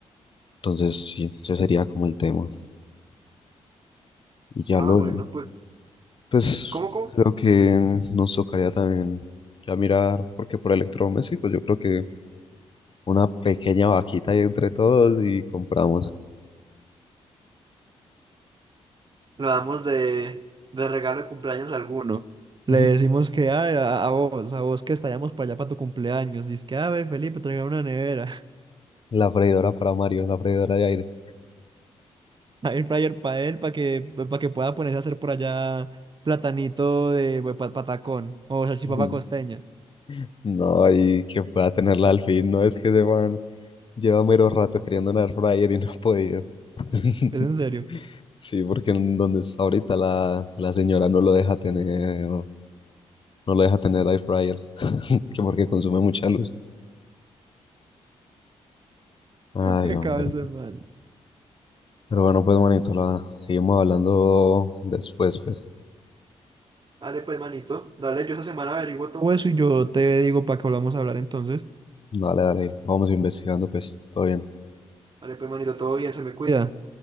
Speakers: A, on the left; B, on the right.
A: Entonces, sí, ese sería como el tema. Y ya
B: Ah,
A: lo,
B: bueno, pues,
A: pues
B: ¿cómo, cómo?
A: creo que nos tocaría también ya mirar, porque por electrodomésticos yo creo que una pequeña vaquita ahí entre todos y compramos
B: Lo damos de, de regalo de cumpleaños a alguno. Le
A: <laughs>
B: decimos que "Ay, a, a vos, a vos que estallamos para allá para tu cumpleaños. Dice que, a ver, Felipe, traiga una nevera,
A: la freidora para Mario, la freidora de aire.
B: <laughs> air fryer para él, para que, para que pueda ponerse a hacer por allá platanito de patacón o salchipapa
A: <laughs>
B: costeña.
A: No, y que pueda tenerla al fin, no es que se van Lleva mero rato queriendo un air fryer y no ha podido. <laughs>
B: Es en serio.
A: Sí, porque en donde está ahorita la, la señora no lo deja tener, no lo deja tener air fryer, <laughs> que porque consume mucha luz. Ay,
B: Qué pecado
A: hombre.
B: ese man.
A: Pero bueno, pues manito, la seguimos hablando después, pues.
B: Dale pues, manito. Dale, yo esa semana averiguo todo eso y yo te digo para que volvamos a hablar entonces.
A: Dale, dale, vamos investigando, pues. Todo bien.
B: Dale pues, manito, todo bien, se me cuida.